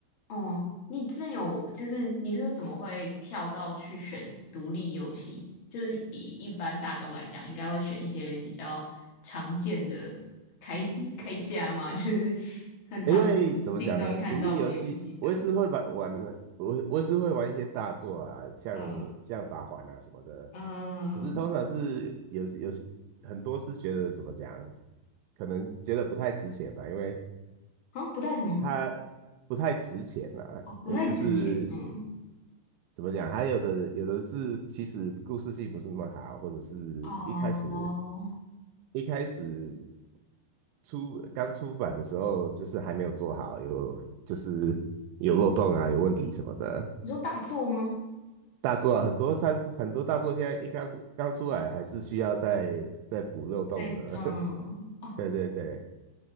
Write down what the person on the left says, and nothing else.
哦。你之前有就是你是怎么会跳到去选独立游戏？就是以一般大众来讲，应该会选一些比较常见的开 <laughs> 开价嘛，就是很常
s t 上面看到的游戏这样。
嗯嗯，
好像不太什么
哦，不太值钱。
嗯
哦，
你说大作吗？
在嗯，
哦，